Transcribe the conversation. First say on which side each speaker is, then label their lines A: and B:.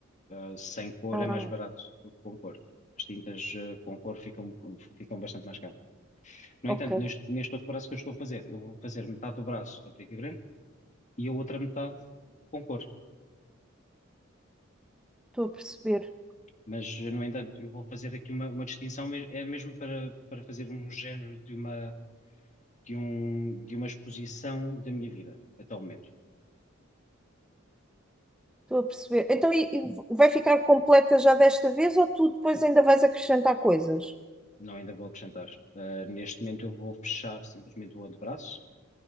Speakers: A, on the left (about 35°); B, in the centre.
A: Uh, sem cor
B: ah,
A: é mais barato do que com cor. As tintas, uh, com cor ficam, ficam bastante mais caras. No
B: ok,
A: entanto, neste, neste outro braço que eu estou a fazer, eu vou fazer metade do braço a preto e branco e a outra metade com cor.
B: estou a perceber.
A: Mas, no entanto, eu vou fazer aqui uma, uma distinção, me- é mesmo para, para fazer um género de uma, de um, de uma exposição da minha vida até o momento.
B: Estou a perceber. Então, e- e vai ficar completa já desta vez ou tu depois ainda vais acrescentar coisas?
A: Não ainda vou acrescentar. Ah, neste momento eu vou fechar simplesmente o antebraço